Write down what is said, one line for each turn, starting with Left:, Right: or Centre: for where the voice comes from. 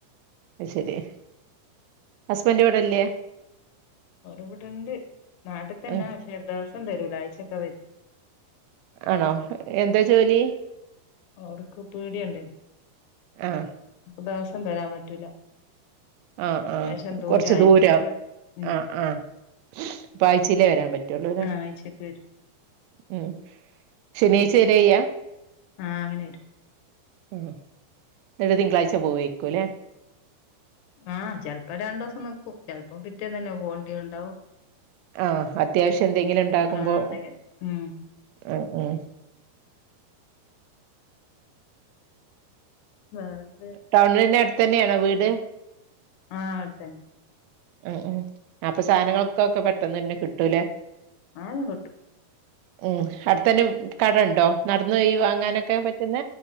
Right: അയ്ശെരി ഹസ്ബൻഡ് ഇവടെല്ല്യേ?
Left: ഓരിവിടണ്ട് നാട്ട്ത്തന്നാ
Right: ഉം
Left: പക്ഷേ ദിവസം തരൂല ആഴ്ച്ചക്കാ വര
Right: ആണോ എന്താ ജോലി
Left: ഓര്ക്ക് പീടിയണ്ട്
Right: ആഹ
Left: ദിവസം തരാൻ പറ്റൂല
Right: ആഹ ആഹ
Left: ലേശം
Right: കൊർച്ച്
Left: അയിനെക്കൊണ്ട്
Right: ദൂരാ
Left: ഉം
Right: ആഹ ആഹ അപ്പ ആഴ്ച്ചീലേ വരാൻ പറ്റുള്ളൂലേ
Left: ആഹ് ആഴ്ചക്ക് വരും
Right: ഉം ശനിയാഴ്ച്ചരെയ്യാ
Left: ആഹ് അങ്ങനെ വരും
Right: ഉം ന്നിട്ട് തിങ്കളാഴ്ച്ച പോവേക്കു ല്ലേ
Left: ആഹ് ചെൽപ്പം രണ്ടൂസം നിക്കും ചെൽപ്പം പിറ്റേന്നന്നെ പോവണ്ടി ഉണ്ടാവും
Right: ആ അത്യാവശ്യം എന്തെങ്കിലുംണ്ടകുമ്പോ
Left: ആഹ് ഉണ്ടെങ്കിൽ ഉം
Right: ആ ഉം
Left: വേറെത്.
Right: ടൗണിന്റെ അട്ത്തന്നേണോ വീട്
Left: ആഹ അട്ത്തന്നെ
Right: ഉം ഉം അപ്പ സാനങ്ങളൊക്ക ഒക്കെ പെട്ടന്നന്നെ കിട്ടൂലെ
Left: <unintelligible> കെട്ടും
Right: ഉം അട്ത്തന്നെ കടണ്ടോ നടന്നോയി വാങ്ങാനൊക്കെ പറ്റുന്ന